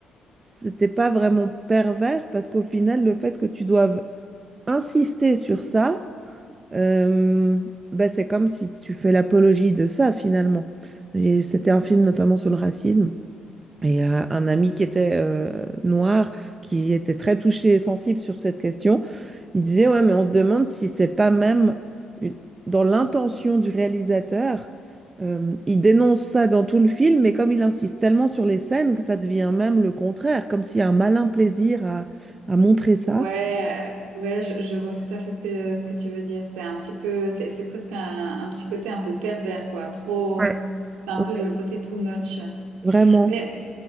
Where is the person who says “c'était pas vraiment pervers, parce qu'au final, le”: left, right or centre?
Right